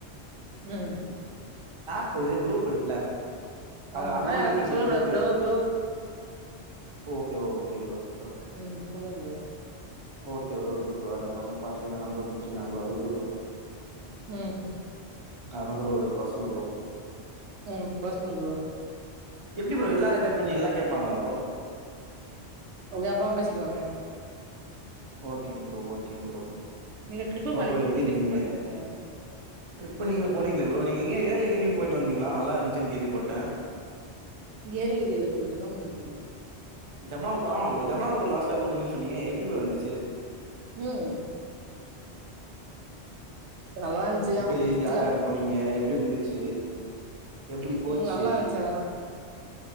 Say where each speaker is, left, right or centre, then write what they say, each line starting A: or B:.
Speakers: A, on the right; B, on the right.
A: ம்
B: இப்ப குரூப் இருக்குல்ல அத
A: ஆமா
B: அண்ணோன்னு
A: ஆ
B: சொல்ட்டு
A: சொல்ல
B: போட்டு
A: கூடாது ப்ரோ ப்ரோ
B: ஓ okay bro okay bro bro
A: ம் சொல்லுங்க ப்ரோ
B: ஓகே ப்ரோ விடு ப்ரோ அது அப்றமா பாத்த எது நம்பர பிடுச்சர்லா அது விடு ப்ரோ
A: ம்
B: அதெல்லா சொல்ல கூடாது பர்சனல் ப்ரோ
A: ம் பர்சனல் ப்ரோ
B: எப்படி ப்ரோ எல்லா ரெகட் பண்ணி எல்லா கேட்பாங்களா ப்ரோ
A: அத அப்றம பேசிக்கலாமே
B: ஓகேங் ப்ரோ ஓகேங் ப்ரோ
A: நீங்க ட்ரிப்பு பண்ணி
B: ப்ரோ எப்படி
A: ட்ரிப்பு
B: இருக்கீங்க
A: பத்தி பேசுங்க
B: ட்ரிப் நீங்க போனீங்கள ப்ரோ நீங்க எங்க ஏலகிரின்னு போயிட்டு வந்தீங்களா நல்லா இருந்துச்சுன்னு கேள்வி பாட்டே
A: ஏலகிரி இல்ல ப்ரோ ஜன்னமத்தூர் போனது
B: ஜம்னாமத்தூர் ஜம்னமத்தூர் லாஸ்ட்டா போனீங்கன்னு சொன்னீங்க எப்படி ப்ரோ இருந்துச்சி
A: ம் நல்லா இருந்துச்சு
B: எப்படி
A: ஆனா சுத்தல
B: யார் யாரு போனீங்க எப்படி இருந்துச்சு எப்டி போச்சி
A: ம் நல்லா இருந்துச்சு ஆனா